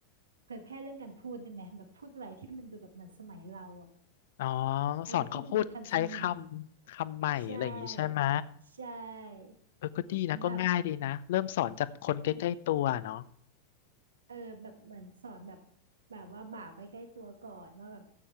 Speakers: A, on the right (about 70°); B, on the left (about 55°).
A: เผยแพร่เรื่องการพูดได้ไหมแบบพูดอะไรที่มันดูแบบเหมือนสมัยเราอะ
B: อ๋อ
A: อะไรที่มันดูทันสมัย
B: สอนเขาพูดใช้คำคำใหม่อะไรอย่างงี้ใช่ไหม
A: ใช่ใช่
B: เออก็ดีนะก็ง่ายดีนะเริ่มสอนจากคนใกล้ๆตัวเนาะ
A: แบบใช่ไหมเออแบบเหมือนสอนแบบแบบว่าบ่าวใกล้ๆตัวก่อนว่าแบบ